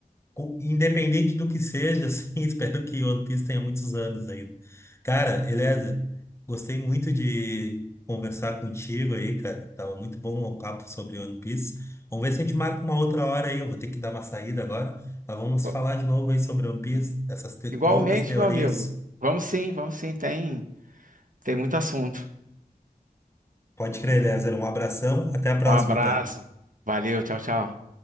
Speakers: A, on the left; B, on the right.
A: co- independente do que seja, <laughs> assim, espero que One Piece tenha muitos anos ainda. Cara, Eliezer, gostei muito de conversar contigo aí, cara. Tava muito bom o papo sobre One Piece. Vamos ver se a gente marca uma outra hora aí. Eu vou ter que dar uma saída agora. Mas vamos
B: Pô,
A: falar de novo aí sobre One Piece, essas te-
B: Igualmente,
A: loucas teorias.
B: meu amigo. Vamos sim, vamos sim, tem, tem muito assunto.
A: Pode crer, Eliezer. Um abração. Até a próxima,
B: Um abraço,
A: então.
B: valeu, tchau, tchau.